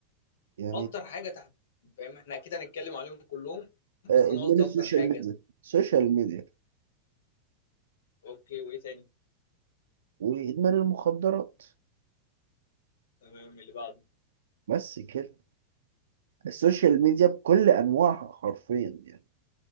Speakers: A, on the right; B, on the left.
A: يعني
B: أكتر حاجة تحت فاهم إحنا أكيد هنتكلم عليهم كلهم
A: أه
B: بس أنا
A: ادمان
B: قصدي
A: السوشيال
B: أكتر حاجة
A: ميديا السوشيال ميديا
B: أوكي وإيه تاني؟
A: وادمان المخدرات
B: تمام اللي بعده
A: بس كده السوشيال ميديا بكل انواعها حرفيا يعني